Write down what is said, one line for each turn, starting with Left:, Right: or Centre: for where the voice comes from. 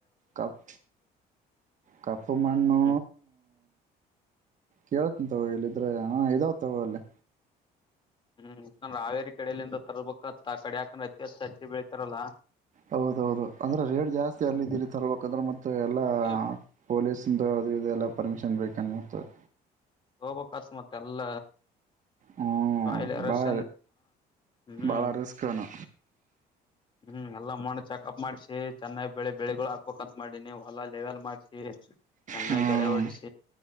Right: ಕಪ್ ಕಪ್ಪು ಮಣ್ಣು
Left: ಹ್ಮ್
Right: ಕೇಳತ್ಂತವು ಇಲ್ಲಿದ್ರೆ ಹ ಇದಾವತಾವ ಅಲ್ಲಿ
Left: ಹ್ಮ್ ಯಾಕಂದ್ರೆ ರಾವೇರಿ ಕಡೆಯಲ್ಲಿಿಂದ ತರ್ಬೇಕತ್ತ ಕಡೆ ಯಾಕಂದ್ರೆ ಅತಿಾಸ ಅಜಚ್ಚೆ ಬೆಳಿತಾರಲ್ಲಾ
Right: ಹೌದೌದು ಅಂದ್ರೆ ರೇಡ್ ಜಾಸ್ತಿ
Left: ಹ್ಮ್
Right: ಅಲತಿ ಇಲ್ಲಿ ತರ್ಬೇಕಂದ್ರೆ ಮತ್ತೆ ಎಲ್ಲಾ
Left: ಏ
Right: ಪೊಲೀಸ್ ತು ಅದು ಇದೆ ಎಲ್ಲ ಪರ್ಮಿಷನ್ ಬೇಕನ್ಮತದೆ
Left: ಹೋಬಕ್ತ್ ಮತ್ತೆ ಎಲ್ಲ
Right: ಹ್ಮ್
Left: ಸ್ಹಲ ಅರಸ
Right: ಭಾಳ
Left: ಹ್ಮ್
Right: ಭಾಳ ರಿಸ್ಕನು
Left: ಹ್ಮ್ ಎಲ್ಲ ಮಾಡ ಚೆಕಪ್ ಮಾಡ್ಸಿ ಚೆನ್ನಾಗಿ ಬೆಳಿ ಬೆಳಿಗಳು ಹಾಕ್ಬೇಕಕ್ಂತ ಮಾಡಿನಿ ಹೊಲ್ಲಾ ಲೆವೆಲ್ ಮಾಡ್ಸಿ ಚನ್ನ
Right: ಹ್ಮ್
Left: ಗಳಾವಡ್ಸ